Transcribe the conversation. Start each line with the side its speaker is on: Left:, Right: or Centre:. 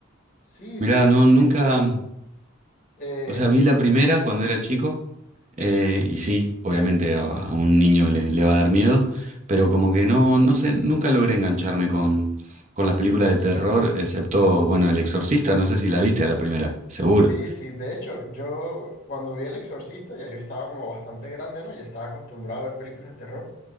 Left: Sí,
Right: Mira,
Left: sí, porque,
Right: no, nunca,
Left: bueno,
Right: mm,
Left: eh,
Right: o sea, vi la primera cuando era chico eh, y sí, obviamente a, a un niño le, le va a dar miedo, pero como que no, no sé, nunca logré engancharme con, con las películas de terror, excepto, bueno, El Exorcista, no sé si la viste a la primera, seguro.
Left: sí, sí, de hecho, yo cuando vi El Exorcista, ya yo estaba como bastante grande, ¿no? Ya estaba acostumbrado a ver películas de terror.